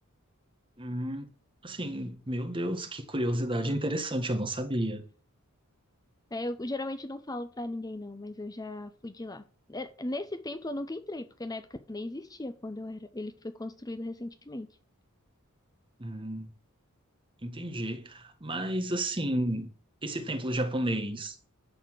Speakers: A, on the right; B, on the left.
A: Hum, assim, meu Deus, que curiosidade interessante, eu não sabia.
B: É, Eu geralmente não falo pra ninguém, não, mas eu já fui de lá. É, Nesse templo eu nunca entrei, porque na época nem existia quando eu era. Ele foi construído recentemente.
A: Hum, entendi. Mas, assim, esse templo japonês.